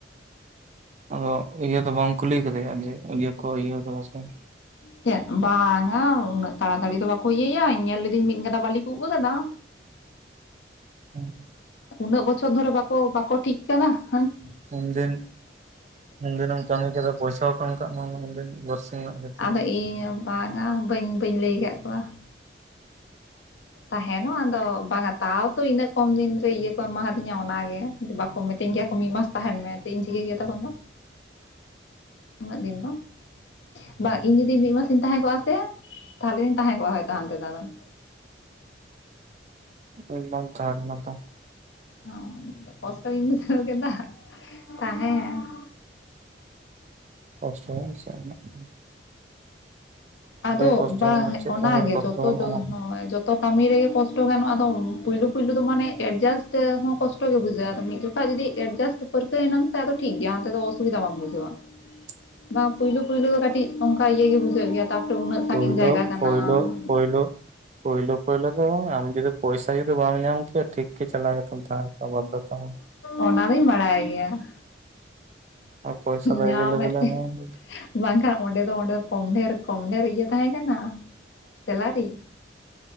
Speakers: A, on the right; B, on the left.
A: ᱟᱫᱚ ᱤᱭᱟᱹ ᱫᱚ ᱵᱟᱢ ᱠᱩᱞᱤ ᱠᱟᱫᱮᱭᱟ ᱡᱮ ᱤᱭᱟᱹ ᱠᱚ ᱤᱭᱟᱹ ᱠᱟᱫᱟ ᱥᱮ ᱵᱟᱝ?
B: ᱪᱮᱫ ᱵᱟᱝᱟ ᱩᱱᱟᱹᱜ ᱛᱟᱲᱟᱛᱟᱲᱤ ᱫᱚ ᱵᱟᱠᱚ ᱤᱭᱟᱹᱭᱟ ᱤᱧ ᱧᱮᱞ ᱞᱤᱫᱤᱧ ᱢᱤᱫ ᱜᱟᱫᱟ ᱵᱟᱞᱤ ᱠᱚ ᱩᱵ ᱠᱟᱫᱟ ᱾
A: ᱴᱷᱮᱝ-ᱜᱚᱡ ᱾
B: ᱟᱫᱚ ᱩᱱᱟᱹᱜ ᱵᱚᱪᱷᱚᱨ ᱫᱷᱚᱨᱮ ᱵᱟᱠᱚ ᱵᱟᱠᱚ ᱴᱷᱤᱠ ᱠᱟᱱᱟ, ᱦᱟᱝ ᱾
A: ᱩᱱᱫᱤᱱ, ᱩᱱᱫᱤᱱᱮᱢ ᱠᱟᱹᱢᱤ ᱠᱮᱫᱟ ᱯᱚᱭᱥᱟ ᱵᱟᱠᱚ ᱮᱢ ᱠᱟᱜ ᱢᱮ ᱩᱱᱫᱤᱱ ᱵᱟᱨᱥᱤᱝ ᱱᱟᱜ ᱜᱮ?
B: ᱟᱫᱚ ᱤᱧ ᱵᱟᱝᱟ ᱵᱟᱹᱧ ᱵᱟᱹᱧ ᱞᱟᱹᱭ ᱠᱟᱜ ᱠᱚᱣᱟ ᱾ ᱛᱟᱦᱮᱱᱚᱜ ᱟᱫᱚ ᱵᱟᱝᱟᱫ ᱾ ᱛᱟᱣ ᱛᱚ ᱤᱱᱟᱹ ᱠᱚᱢ ᱫᱤᱱ ᱛᱮ ᱤᱭᱟᱹ ᱠᱚ ᱮᱢᱟᱦᱟᱫᱤᱧᱟ ᱚᱱᱟᱜᱮ ᱵᱟᱠᱚ ᱢᱤᱛᱟᱹᱧ ᱠᱮᱭᱟ ᱠᱚ ᱢᱤᱜ ᱢᱟᱥ ᱛᱟᱦᱮᱱ ᱢᱮ ᱾ ᱪᱮᱜ ᱤᱧ ᱪᱤᱠᱟᱹ ᱠᱮᱭᱟ ᱮᱛᱚᱠᱷᱚᱱ ᱫᱚ?
A: ᱯᱷᱟᱸᱠᱟ ᱜᱮᱭᱟ ᱾
B: ᱩᱱᱟᱹᱜ ᱫᱤᱱ ᱫᱚ? ᱯ-ᱮᱦ, ᱵᱟ ᱤᱧ ᱡᱩᱫᱤ ᱢᱤᱜ ᱢᱟᱥᱤᱧ ᱛᱟᱦᱮᱸ ᱠᱚᱜᱼᱟ ᱥᱮ ᱛᱟᱦᱞᱮᱧ ᱛᱟᱦᱮᱸ ᱠᱚᱜᱼᱟ ᱦᱚᱭᱛᱚ ᱦᱟᱱᱛᱮ ᱫᱚ ᱟᱫᱚ ᱾
A: ᱤᱧ ᱢᱟᱹᱧ ᱛᱟᱦᱮ ᱞᱮᱱᱟ ᱛᱚ ᱾
B: ᱚ, ᱠᱚᱥᱴᱚ ᱜᱤᱧ ᱵᱩᱷᱡᱷᱟᱹᱣ ᱷᱚ ᱠᱮᱫᱟᱷᱦ ᱛᱟᱦᱮᱸ ᱾
A: ᱠᱚᱥᱴᱚ ᱢᱟ ᱪᱮᱜ ᱨᱮᱱᱟᱜ?
B: ᱟᱫᱚ
A: ᱠᱚᱥᱴᱚ
B: ᱵᱟ
A: ᱢᱮᱱᱟᱜᱼᱟ
B: ᱦᱮᱸ
A: ᱪᱮᱫ
B: ᱚᱱᱟᱜᱮ
A: ᱠᱟᱹᱢᱤ ᱨᱮ ᱠᱚᱥᱴᱚ
B: ᱡᱚᱛᱚ
A: ᱵᱟᱹᱱᱩᱜᱼᱟ
B: ᱡᱚ ᱦᱚᱸᱭ ᱡᱚᱛ ᱛᱚ ᱠᱟᱹᱢᱤ ᱨᱮᱜᱮ ᱠᱚᱥᱴᱚ ᱜᱟᱱᱚᱜᱼᱟ ᱟᱫᱚ ᱯᱩᱭᱞᱩ ᱯᱩᱭᱞᱩ ᱫᱚ ᱢᱟᱱᱮ ᱮᱰᱡᱟᱥᱴ ᱛᱮ ᱦᱚᱸ ᱠᱚᱥᱴᱚᱜ ᱜᱮ ᱵᱩᱡᱷᱟᱹᱜᱼᱟ ᱟᱫᱚ ᱢᱤᱫ ᱡᱚᱠᱷᱟᱡ ᱡᱩᱫᱤ -ᱼ ᱮᱰᱡᱟᱥᱴᱚ ᱯᱟᱹᱨᱠᱟᱹᱣᱮᱱᱟᱢ ᱥᱮ ᱟᱫᱚ ᱴᱷᱤᱠ ᱜᱮᱭᱟ ᱚᱱᱛᱮᱫᱚ ᱚᱥᱩᱵᱤᱫᱷᱟ ᱵᱟᱢ ᱵᱩᱡᱷᱟᱹᱣᱟ
A: ᱯᱷᱟᱸᱠᱟ
B: ᱾
A: ᱜᱮᱭᱟ ᱾
B: ᱵᱟᱝ ᱯᱳᱭᱞᱳ ᱯᱳᱭᱞᱳ ᱫᱚ ᱠᱟᱹᱴᱤᱡ ᱚᱝᱠᱟ ᱤᱭᱟᱹ ᱜᱮ ᱵᱩᱡᱷᱟᱹᱜ ᱜᱮᱭᱟ ᱛᱟᱯᱚᱨᱮ ᱩᱱᱟᱹᱜ ᱥᱟᱺᱜᱤᱧ
A: ᱯᱳᱭᱞᱳ
B: ᱡᱟᱭᱜᱟ ᱠᱟᱱᱟ
A: ᱯᱳᱭᱞᱳ
B: ᱾
A: ᱯᱳᱭᱞᱳ ᱯᱳᱭᱞᱳ ᱯᱳᱭᱞᱳ ᱫᱚ ᱟᱢ ᱡᱚᱫᱤ ᱯᱚᱭᱥᱟ ᱡᱩᱫᱤ ᱵᱟᱢ ᱧᱟᱢ ᱠᱮᱭᱟ, ᱴᱷᱤᱠ ᱜᱮ ᱪᱟᱞᱟ ᱛᱚᱛᱷᱟ ᱟᱵᱫᱷᱚᱛᱚᱢᱚ ᱾
B: ᱚᱱᱟ ᱫᱩᱧ ᱵᱟᱲᱟᱭ ᱜᱮᱭᱟ ᱾
A: ᱚ, ᱯᱚᱭᱥᱟ ᱫᱚ
B: ᱧᱟᱢᱮᱫ
A: ᱮᱹᱵᱮᱹᱼᱞᱮᱹᱵᱮᱹᱞ ᱞᱮ
B: ᱛᱮ
A: ᱮᱢᱟᱢ ᱫᱚ ᱾
B: ᱵᱟᱝᱠᱷᱟᱱ ᱚᱸᱰᱮ ᱫᱚ-ᱚᱸᱰᱮ ᱫᱚ ᱠᱚᱢ ᱰᱷᱮᱹᱨ- ᱠᱚᱢ ᱰᱷᱮᱹᱨ ᱤᱭᱟᱹ ᱛᱟᱦᱮᱸ ᱠᱟᱱᱟ ᱥᱮᱞᱟᱨᱤ ᱾